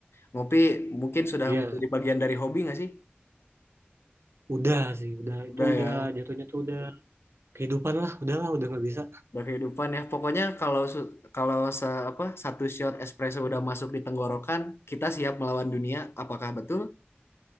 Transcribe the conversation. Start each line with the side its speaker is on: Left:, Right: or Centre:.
Left: Ngopi mungkin sudah
Right: Iya,
Left: menjadi bagian dari hobi nggak sih?
Right: udah sih, udah
Left: Udah
Right: itu udah
Left: ya,
Right: jatuhnya tuh udah kehidupan lah, udahlah udah nggak bisa.
Left: udah kehidupan ya. Pokoknya kalau su- kalau se apa satu shot espresso udah masuk di tenggorokan, kita siap melawan dunia. Apakah betul?